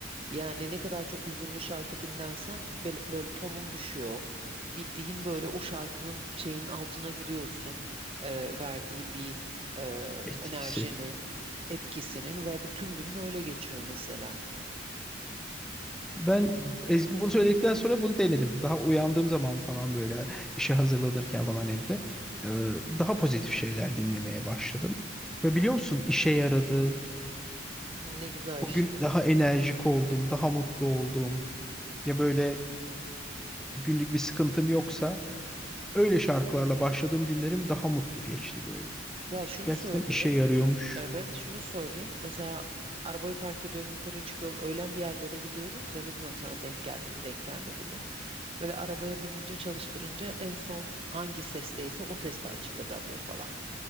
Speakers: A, on the right; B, in the centre.
A: Yani ne kadar çok hüzünlü şarkı dinlersen böyle, böyle tonun düşüyor. Bildiğin böyle o şarkının şeyin altına giriyorsun. Eee, verdiği bir eee,
B: etkisi.
A: enerjinin, etkisinin ve bir tüm günün öyle geçiyor mesela.
B: Ben Ezgi bunu söyledikten sonra bunu denedim. Daha uyandığım zaman falan böyle işe hazırlanırken falan evde e, daha pozitif şeyler dinlemeye başladım. Ve biliyor musun işe yaradı.
A: Ne güzel
B: O
A: işte.
B: gün daha enerjik oldum, daha mutlu oldum. Ya böyle günlük bir sıkıntım yoksa öyle şarkılarla başladığım günlerim daha mutlu geçti böyle.
A: Ya şunu
B: Gerçekten
A: söyleyeyim.
B: işe yarıyormuş.
A: Evet, şunu söyleyeyim. Mesela arabayı park ediyorum, yukarı çıkıyorum. Öğlen bir yerlere gidiyoruz ya bilmiyorum sana denk geldi mi, denk gelmedi mi. Böyle arabaya binince çalıştırınca en son hangi sesteyse o seste açılır radyo falan.